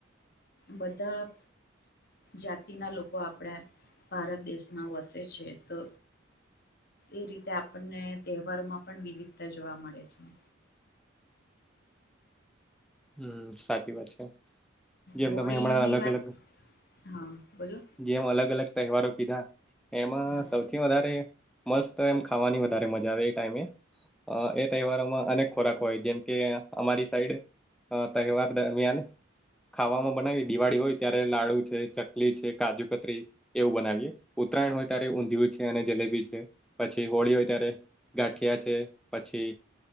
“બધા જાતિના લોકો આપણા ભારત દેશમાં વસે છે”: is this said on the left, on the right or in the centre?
Left